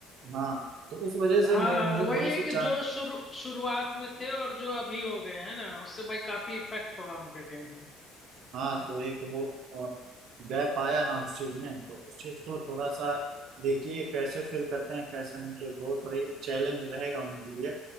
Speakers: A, on the right; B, on the left.
A: हाँ तो उस वजह से
B: हाँ
A: मैं
B: हाँ,
A: मुझे
B: वही
A: थोड़ी
B: है
A: सी
B: कि
A: चा-
B: जो शुरू शुरुआत में थे और जो अभी हो गए हैं ना उससे भाई काफी इफेक्ट होगा उनके टीम को
A: हाँ तो एक वो अ, गैप आया ना उस चीज में तो उस चीज को थोड़ा सा देखिए कैसे फिल करते हैं कैसे उनके बहुत बड़ी चैलेंज रहेगा उनके लिए